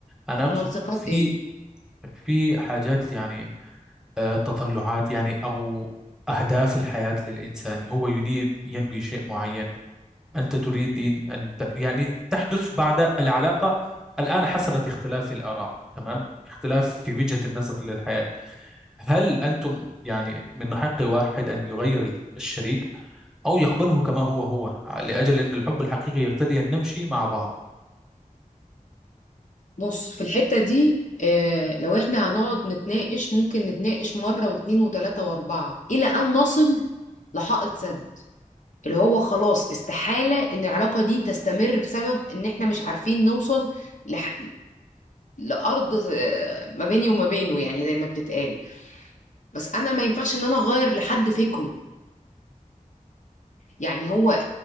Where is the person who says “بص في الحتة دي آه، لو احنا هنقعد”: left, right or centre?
Left